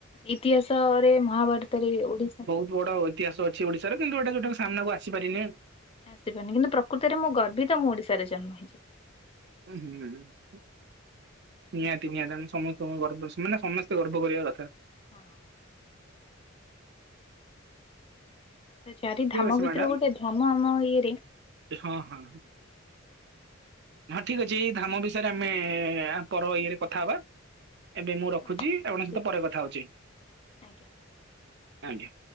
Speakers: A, on the left; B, on the right.
A: ଇତିହାସରେ ମହାଭାରତରେ ଓଡ଼ିଶା
B: ବଡ଼ ଐତିହାସ ଅଛି ଓଡି଼ଶା ରେ କିନ୍ତୁ ଏଟା ଯଉଟା ସାମ୍ନାକୁ ଆସିପାରିନି।
A: ଆସିପାରୁନି କିନ୍ତୁ ପ୍ରକୃତରେ ମୁଁ ଗର୍ବିତ ତ ମୁଁ ଓଡ଼ିଶା ରେ ଜନ୍ମ ହେଇଛି।
B: ହୁଁ ହୁଁଁ। ନିହାତି ନିହାତି ଆମେ ସମସ୍ତଙ୍କୁ ଗର୍ବ ମାନେ ସମସ୍ତେ ଗର୍ବ କରିବା କଥା।
A: ହଁ। ସେ ଚାରି
B: ଠିକ
A: ଧାମ
B: ଅଛି
A: ଭିତରୁ
B: ମ୍ୟାଡାମ।
A: ଗୋଟେ ଧାମ ଆମ ଇଏରେ
B: ହଁ ହଁ। ହଁ ଠିକ୍ ଅଛି ଏଇ ଧାମ ବିଷୟରେ ଆମେ ପର ଇଏରେ କଥାହବା। ଏବେ ମୁଁ ରଖୁଛି
A: ହଁ।
B: ଆପଣଙ୍କ ସହିତ
A: ଠିକ
B: ପରେ କଥା ହଉଛି
A: ଆଜ୍ଞା।
B: ଆଜ୍ଞା।